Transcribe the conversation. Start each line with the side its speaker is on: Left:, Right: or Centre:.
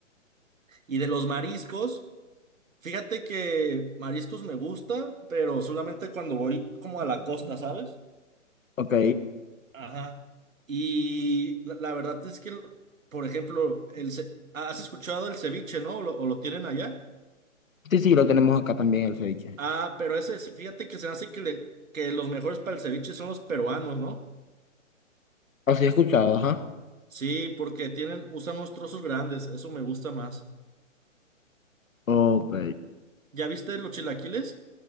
Right: Y de los mariscos, fíjate que mariscos me gusta, pero solamente cuando voy como a la costa, ¿sabes?
Left: Ok.
Right: Ajá. Y la, la verdad es que, por ejemplo, el ce- ¿has escuchado el ceviche, no? ¿O lo, o lo tienen allá?
Left: Sí, sí, lo tenemos acá también el ceviche.
Right: Ah, pero ese, sí, fíjate que se me hace que, le- que los mejores para el ceviche son los peruanos, ¿no?
Left: Así he escuchado, ajá.
Right: Sí, porque tienen, usan unos trozos grandes, eso me gusta más.
Left: Ok.
Right: ¿Ya viste los chilaquiles?